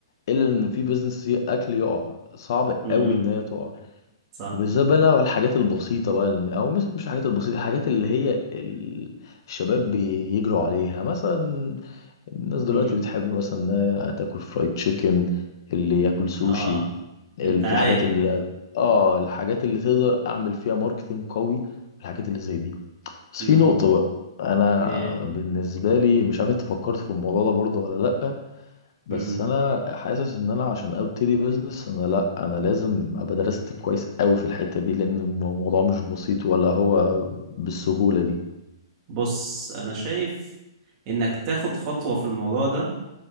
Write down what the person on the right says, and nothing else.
امم
صح
امم
اه
الدعاية
امم
ايه
امم
بص انا شايف انك تاخد خطوة في الموضوع ده